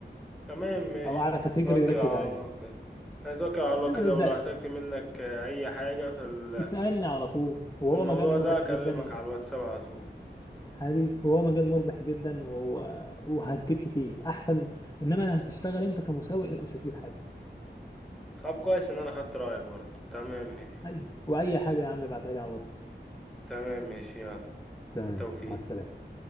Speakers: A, in the centre; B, on the left (about 20°).
A: تمام ماشي
B: او اعلى كاتيجوري
A: توكل
B: وركز
A: على
B: عليه
A: الله كده هنتوكل على الله
B: ايوه
A: كده
B: انا يبدا
A: ولو احتجت منك آه، اي حاجة في ال-
B: يسالني على طول وهو
A: في الموضوع
B: مجال مربح
A: ده اكلمك
B: جدا
A: على الواتساب على طول
B: حبيبي وهو مجال مربح جدا و... وهتجيب كتير احسن انما هتشتغل انت كمسوق لا مش هتجيب حاجه
A: طب كويس ان انا خدت رأيك برضه تمام ماشي
B: ايوه واي حاجه يا عم ابعتها لي على الواتس
A: تمام ماشي يلا
B: تمام
A: توفيق
B: مع السلامة